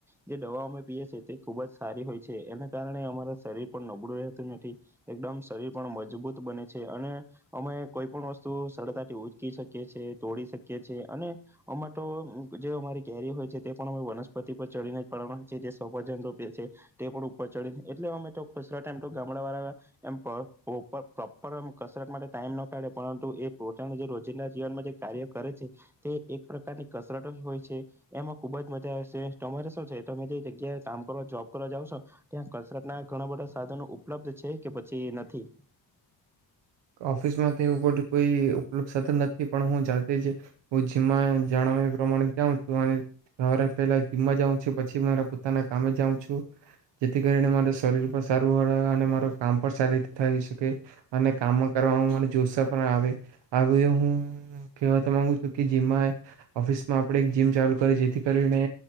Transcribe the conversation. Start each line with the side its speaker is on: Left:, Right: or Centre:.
Centre: જે દવા અમે પીએ છીએ તે ખૂબ જ સારી હોય છે. એના કારણે અમારા શરીર પણ નબળું રહેતું નથી એકદમ શરીર પણ મજબૂત બને છે અને અમે કોઈ પણ વસ્તુ સરળતાથી ઉચકી શકીએ છ છેએ તોડી શકીએ છીએ અને અમા તો જે અમારી કેરી હોય છે તે પણ અમે વનસ્પતિ પર ચડીને <unintelligible> તે પણ ઉપર ચડી એટલે અમે તો <unintelligible> એમ ગામડા વાળા એમ પ પૉપ પ્રોપર કસરત માટે ટાઈમ ના કાઢે પરંતુ એ પોતાનું જે રોજિંદા જીવનમાં જે કાર્ય કરે છે તે એક પ્રકારની કસરત જ હોય છે. એમાં ખુબ જ મજા આવે છે. તમારે શું છે? તમે જે જગ્યાએ કામ કરો જોબ કરવા જાાવ છો ત્યાં કસરતના ઘણા બધા સાધનો ઉપલબ્ધ છે કે પછી નથી.
Right: ઓફિસમાં તો એવું બધું કોઈ ઉપલબ્ધ સાધન નથી પણ હું જાતે જ હું જીમમાં જણાવ્યા પ્રમાણે જાઉં છું અને સવારે પહેલા જીમમાં જાઉં છું પછી મારા પોતાના કામે જાઉં છું જેથી કરીને મારા શરીર પણ સારું અને માર કામ પણ સારી રીતે થઈ શકે અને કામ કરવામાં મને જોસા પણ આવે આ બધ હું કહેવા તો માંગુ છું કે જીમમાં ઓફિસમાં આપણે એક જીમ ચાલુ કરી જેથી કરીને